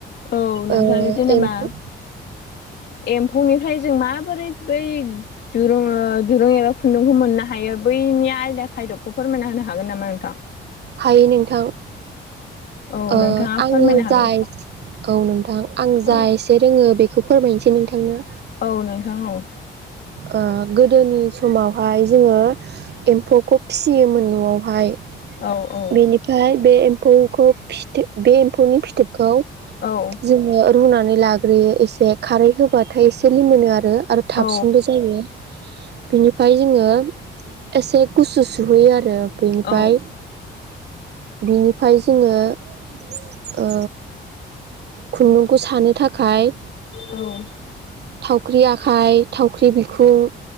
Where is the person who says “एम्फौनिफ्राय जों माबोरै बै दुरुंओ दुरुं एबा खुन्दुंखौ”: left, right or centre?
Left